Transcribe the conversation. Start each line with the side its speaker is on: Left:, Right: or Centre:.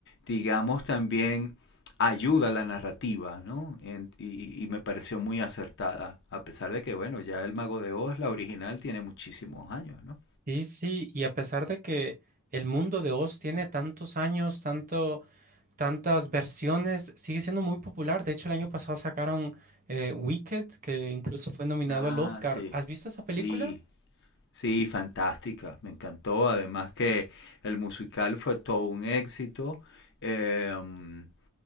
Left: digamos, también ayuda a la narrativa, ¿no? En- y, y me pareció muy acertada, a pesar de que, bueno, ya El Mago de Oz, la original, tiene muchísimos años, ¿no?
Right: Sí, sí, y a pesar de que el mundo de Oz tiene tantos años, tanto, tantas versiones, sigue siendo muy popular. De hecho, el año pasado sacaron eh, Wicked, que incluso fue nominado
Left: Ah,
Right: al Oscar.
Left: sí,
Right: ¿Has visto esa película?
Left: sí, sí, fantástica, me encantó, además que el musical fue todo un éxito, em,